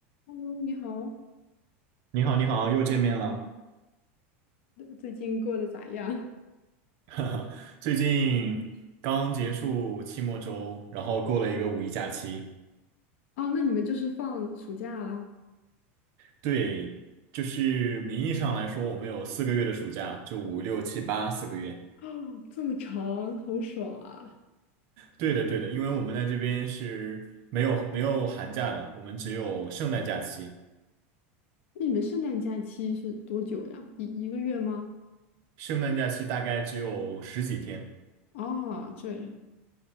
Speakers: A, on the left; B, on the right.
A: 喽，你好，呃
B: 你好，你好，又见面了。
A: 最近过得咋样？<laughs>
B: <laughs> 最近刚结束期末周，然后过了一个五一假期。
A: 哦，那你们就是放暑假啦？
B: 对，就是名义上来说，我们有四个月的暑假，就五六七八四个月。
A: 哦，这么长，好爽啊！
B: 对的，对的，因为我们在这边是没有没有寒假的，我们只有圣诞假期。
A: 那你们圣诞假期是多久呀？一一个月吗？
B: 圣诞假期大概只有十几天。
A: 哦，这样，